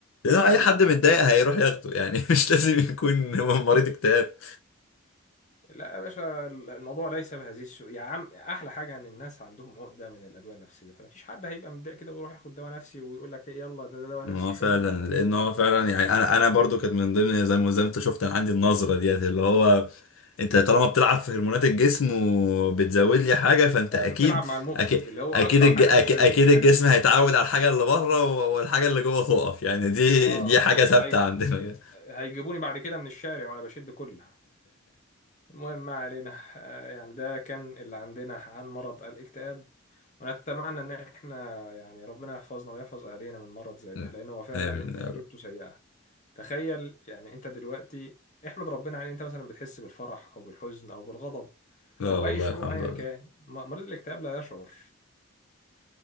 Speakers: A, on the left; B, on the left.
A: لأن
B: ما
A: اي
B: علينا
A: حد
B: ما
A: متضايق
B: علينا
A: هيروح ياخده يعني <laughs> مش لازم يكون مريض اكتئاب
B: لا يا باشا الموضوع ليس بهذه السوء يا عم احلى حاجه ان الناس عندهم عقده من الادويه النفسيه فمفيش حد هيبقى متضايق كده ويروح ياخد دواء نفسي ويقول لك إيه يلا ده ده دواء
A: ما
B: نفسي
A: هو
B: حلو
A: فعلا لان هو فعلا يعني انا انا برضو كانت من ضمن زي ما زي ما انت شفت انا عندي النظره ديت اللي هو انت طالما بتلعب في هرمونات الجسم وبتزود لي حاجه فانت
B: لا
A: اكيد
B: انت بتلعب مع المخ
A: اكيد
B: اللي هو
A: اكيد
B: اكتر
A: الج...
B: حاجه احنا
A: أكيد,
B: مش عايزين
A: اكيد
B: اي
A: الجسم
B: حاجه فيها
A: هيتعود على الحاجه اللي بره و- والحاجه اللي جوه تقف يعني دي
B: اه
A: دي حاجه ثابته
B: هيج...
A: عندنا كده.
B: هيجيبوني بعد كده من الشارع وانا بشد كله المهم ما علينا آه، يعني ده كان اللي عندنا عن مرض الاكتئاب ونتمنى ان احنا يعني ربنا يحفظنا ويحفظ اهالينا من مرض زي
A: <laughs>
B: ده لان هو فعلا
A: امين
B: تجربته
A: يا رب
B: سيئه تخيل يعني انت دلوقتي احمد ربنا عليه انت مثلا بتحس بالفرح او بالحزن او بالغضب
A: لا
B: او باي
A: والله
B: شعور
A: الحمد
B: ايا
A: لله
B: كان م- مريض الاكتئاب لا يشعر